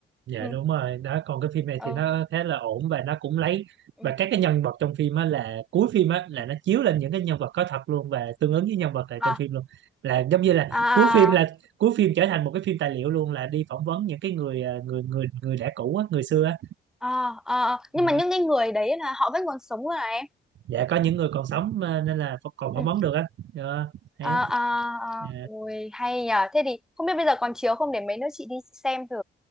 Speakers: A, on the right; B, in the centre.
A: dạ
B: ừ,
A: đúng rồi đó còn cái phim này
B: ừ,
A: thì nó khá là ổn và nó cũng lấy
B: ừ.
A: và các cái nhân vật trong phim á là cuối phim á là
B: ừ.
A: nó chiếu lên những cái nhân vật có thật luôn và tương ứng với nhân vật là
B: à,
A: trong phim luôn là giống như là
B: à
A: cuối phim là
B: à.
A: cuối phim trở thành một cái phim tài liệu luôn là đi phỏng vấn những cái người à, người người người đã cũ á người xưa á
B: Ờ, ờ, ờ. nhưng
A: Ờ,
B: mà những cái người đấy là họ vẫn còn sống rồi này em
A: dạ có những người còn sống à, nên là ph- còn phỏng
B: ừ.
A: vấn được á Ờ, hay
B: Ờ,
A: lắm
B: ờ, ờ.
A: Dạ,
B: ôi hay nhờ thế thì không biết bây giờ còn chiếu không để mấy nữa chị đi xem thử